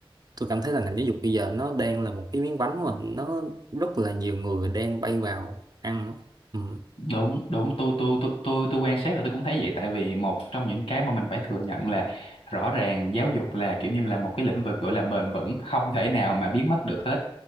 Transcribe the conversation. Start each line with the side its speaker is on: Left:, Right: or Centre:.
Right: tôi cảm thấy là ngành giáo dục bây giờ nó đang là một cái miếng bánh mà nó rất là nhiều người đang bay vào ăn ừ.
Left: đúng đúng tôi tôi tôi tôi tôi quan sát là tôi cũng thấy vậy tại vì một trong những cái mà mình phải thừa nhận là rõ ràng giáo dục là kiểu như là một cái lĩnh vực gọi là bền vững không thể nào mà biến mất được hết